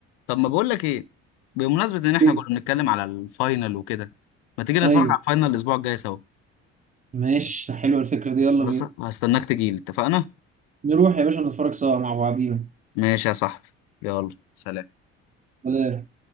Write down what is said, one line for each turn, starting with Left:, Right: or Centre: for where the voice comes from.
Left: طب ما بقول لك ايه بمناسبة ان احنا
Right: إيه؟
Left: كنا بنتكلم على الفاينل وكده ما تيجي نتفرج
Right: ايوه
Left: على الفاينل الاسبوع الجاي سوا
Right: ماشي حلوه الفكره دي يلا
Left: بس
Right: بينا
Left: هستناك تجيلي اتفقنا
Right: نروح يا باشا نتفرج سوا مع بعضينا
Left: ماشي يا صاحبي يلا سلام
Right: سلام.